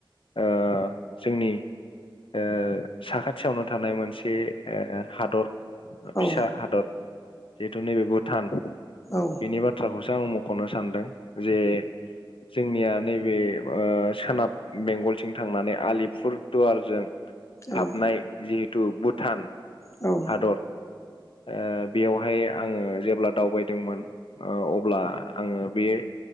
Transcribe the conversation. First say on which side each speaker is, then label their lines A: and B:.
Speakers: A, on the left; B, on the left.
A: ओ जोंनि ओ साखाथियावनो थानाय मोनसे ओ हादर फिसा
B: औ
A: हादर जिहेथु नैबे भुटान
B: औ
A: नि बाथ्राखौसो आं मख'नो सानदों जे जोंनिया नैबे ओ सोनाब बेंगलथिं थांनानै आलिपुर दुवारजों हाबनाय
B: औ
A: जिहेतु भुटान
B: औ
A: हादर ओ बेयावहाय आङो जेब्ला दावबायदोंमोन अब्ला आङो बे